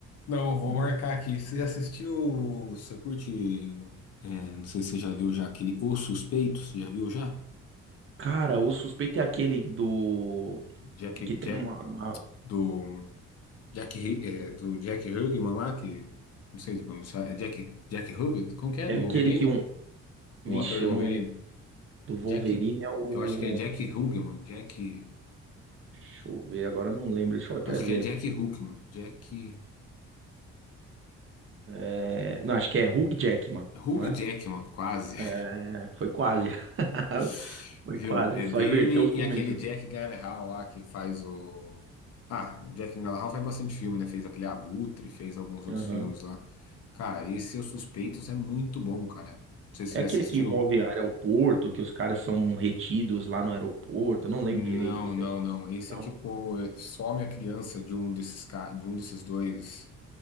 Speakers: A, on the left (about 55°); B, on the right (about 45°).
A: Não, vou
B: né?
A: marcar aqui. Você assistiu, você curte, é, não sei se você já viu já aquele O Suspeito, você já viu já?
B: Cara, o suspeito é aquele do
A: Jack,
B: que tem
A: Jack,
B: uma, uma-
A: do Jack, Hi- é, do Jack Hugman lá, que não sei se pronunciar, é Jack, Jack Hugget? Como que é?
B: é
A: Do
B: aquele
A: Wolverine?
B: que um, vixe,
A: O ator do
B: eu
A: Wolverine?
B: não lembro, do Wolverine
A: Jack,
B: é o
A: eu acho que é Jack Hugman, Jack,
B: Deixa eu ver, agora eu não lembro. Deixa eu até
A: acho
B: ver
A: que é Jack
B: aqui.
A: Hugman, Jack,
B: É, Não, acho que é Hugh Jackman,
A: Hugh
B: não é?
A: Jackman, quase.
B: É, Foi quase. <laughs>
A: <laughs>
B: Foi
A: Viu?
B: quase.
A: É
B: Só
A: dele
B: inverteu os começos
A: e aquele
B: ali.
A: Jack Gyllenhaal lá que faz o Ah, o Jack Gyllenhaal faz bastante filme, né? Fez aquele Abutre, fez alguns outros
B: Aham.
A: filmes lá. Cara, esse Seus Suspeitos é muito bom, cara. Não sei se
B: É
A: você
B: aquele
A: já assistiu.
B: que envolve aeroporto, que os caras são retidos lá no aeroporto. Eu não lembro
A: Não,
B: direito isso
A: não,
B: aí.
A: não. Esse
B: Não?
A: é tipo, é, some a criança de um desses ca... de um desses dois